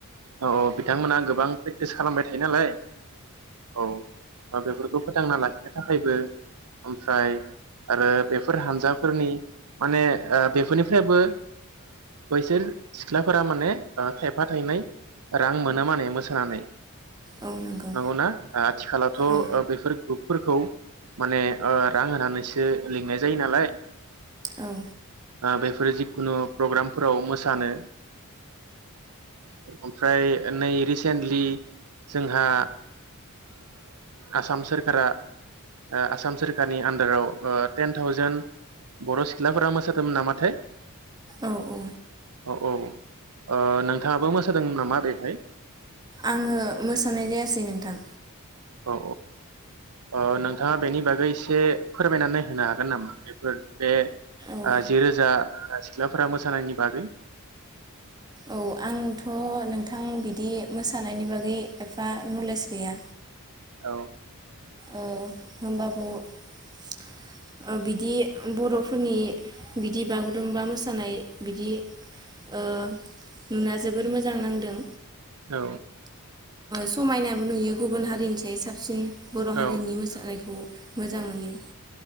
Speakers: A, on the right; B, on the right.
A: औ औ बिथांमोनहा गोबां प्रेक्टिस खालामबाय थायो नालाय औ दा बेफोरखौ फोथांना लाखिनो थाखायबो ओमफ्राय आरो बेफोर हानजाफोरनि माने बेफोरनिफ्रायबो बैसोर सिख्लाफोरा माने थायफा थायनै रां मोनो माने मोसानानै।
B: औ नंगौ
A: नंगौना आथिखालावथ
B: औ
A: बेफोर ग्रुपफोरखौ माने ओ रां होनानैसो लिंनाय जायो नालाय। आ
B: औ
A: बे बेफोर जिखुनु प्रग्रामफोराव मोसानो ओमफ्राय नै रिसेन्टलि जोंहा आसाम सोरखारा आसाम सोरखारनि आन्दाराव टेन थावजेेन बर' सिख्लाफोरा मोसादोंमोन नामाथाय
B: औ औ
A: औ औ ओ नोंथाङाबो मोस होदोंमोन नामा बेहाय
B: आङो मोसानाय जायासै नोंथां
A: औ औ नोंथाङा बेनि बागै एसे फोरमायनानै होनो हागोन नामा बेफोर बे
B: औ
A: जि रोजा सिख्लाफोरा मोसानायनि बागै
B: औ आंथ
A: <unintelligible>
B: नोंथां बिदि मोसानायनि बागै एफा नलेज गैया।
A: औ
B: ओ होनबाबो ओ बिदि बरफोरनि बिदि बागुरुमबा मोसानाय बिदि ओ नुना जोबोर मोजां नांदों
A: औ।
B: समायनाबो नुयो गुबुन हारिनिफ्राय साबसिन बर' हारिनि
A: औ
B: मोसानायखौ मोजां मोनो